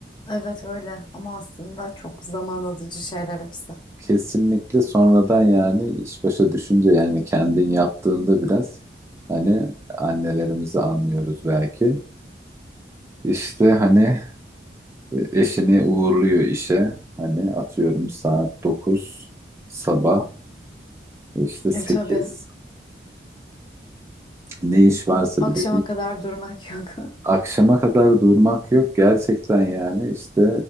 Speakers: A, on the left; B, on the right.
A: Evet öyle ama aslında çok zaman alıcı şeyler hepsi.
B: Kesinlikle sonradan yani iş başa düşünce yani kendin yaptığında biraz hani annelerimizi anlıyoruz belki. İşte hani e, eşini uğurluyor işe. Hani atıyorum saat 9 sabah işte sekiz
A: E tabii.
B: ne iş varsa
A: Akşama
B: bir de
A: kadar durmak yok. <laughs>
B: Akşama kadar durmak yok gerçekten yani işte